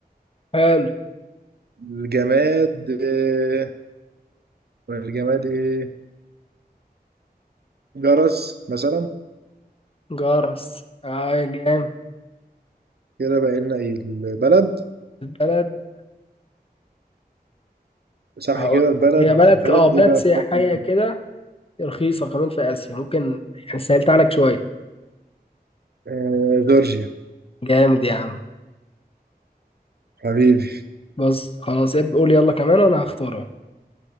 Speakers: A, on the left; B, on the right.
A: حلو
B: والجماد آه، والجماد ايه جرس مثلا
A: جرس اه يا جام
B: كده بقى لنا ايه البلد
A: البلد
B: صح
A: هقول
B: كده
A: لك
B: البلد
A: هي بلد
B: البلد
A: ك- اه بلد
B: ايه بقى
A: سياحية
B: بحد
A: كده رخيصة كمان في آسيا ممكن يعني سهلت عليك شوية
B: آه جورجيا
A: جامد يا عم
B: حبيبي
A: بص خلاص اب- قول يلا كمان وانا هختارها